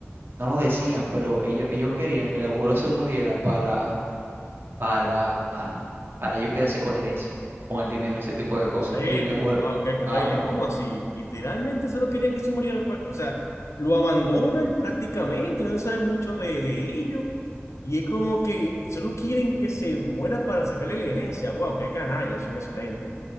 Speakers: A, on the right; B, on the left.
A: no lo decían, pero ellos, ellos querían que el abuelo se muriera para para, ah, para yo quedarse con la herencia, con el dinero ese tipo de
B: ¿En
A: cosas.
B: serio?
A: Y el abuelo,
B: Wow, qué cruel.
A: ajá,
B: ¿Cómo así? Literalmente solo querían que se muriera el pa- O sea, lo abandonan prácticamente, no se sabe mucho de, de ello. Y es como que solo quieren que se muera para sacarle la herencia. Wow, qué canallas son esa gente.